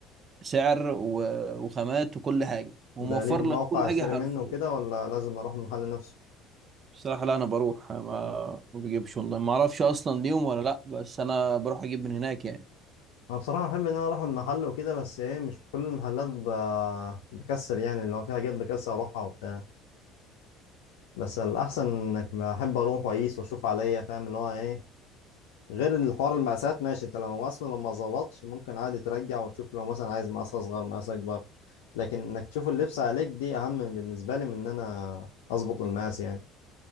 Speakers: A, on the right; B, on the left.
A: بسعر و- وخامات وكل حاجة وموفر
B: ده ليهم
A: لك
B: موقع
A: كل حاجة
B: اشتري
A: حرفيا
B: منه وكده ولا لازم اروح المحل نفسه
A: بصراحة لا أنا بروح ما ما بجيبش أونلاين ما أعرفش أصلا ليهم ولا لأ بس أنا بروح أجيب من هناك يعني
B: انا بصراحه بحب ان انا اروح المحل وكده بس ايه مش كل المحلات ب... بكسل يعني اللي هو في حاجات بكسل اروحها وبتاع بس الاحسن انك بحب اروح واقيس واشوف عليا فاهم اللي هو ايه غير الحوار المقاسات ماشي انت لو اصلا لو ما ظبطش ممكن عادي ترجع وتشوف لو مثلا عايز مقاس اصغر مقاس اكبر لكن انك تشوف اللبس عليك دي اهم بالنسبه لي من ان انا اظبط المقاس يعني